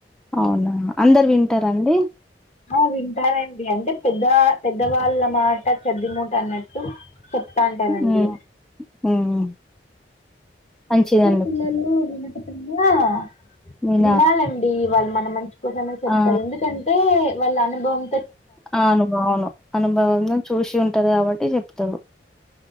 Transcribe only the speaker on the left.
ఆ వింటారండి, అంటే పెద్ద పెద్దవాళ్ళ మాట చెద్ది మూట అన్నట్టు చెప్తాంటారండి.
ఈ పిల్లలు వినకపోయిన
వినాలండి వాళ్ళు మన మంచి కోసమే చెప్తారు,
ఎందుకంటే వాళ్ళ అనుభవం